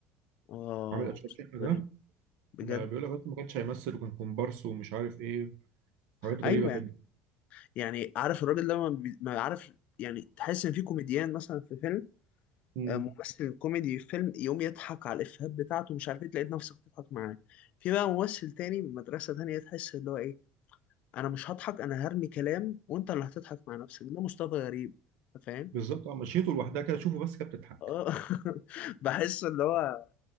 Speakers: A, on the left; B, on the right.
A: اه
B: عامل اشرف شقه
A: غريب
B: ده
A: بجد
B: ما بيقول لك أصلاً ما كانش هيمثل وكان كومبارس ومش عارف ايه حاجات غريبه
A: ايوه
B: كده
A: يعني يعني عارف الراجل ده ما, بي... ما عارف يعني تحس ان في كوميديان مثلا في فيلم
B: امم
A: آه، ممثل كوميدي في فيلم يقوم يضحك على الإفيهات بتاعته مش عارف ايه تلاقي نفسك تضحك معاه في بقى ممثل تاني من مدرسة تانية تحس اللي هو ايه انا مش هضحك انا هرمي كلام وانت اللي هتضحك مع نفسك ده مصطفى غريب انت فاهم
B: بالظبط اه مشيته لوحدها كده شوفه بس كانت بتضحك
A: آه. <laughs> بحس اللي هو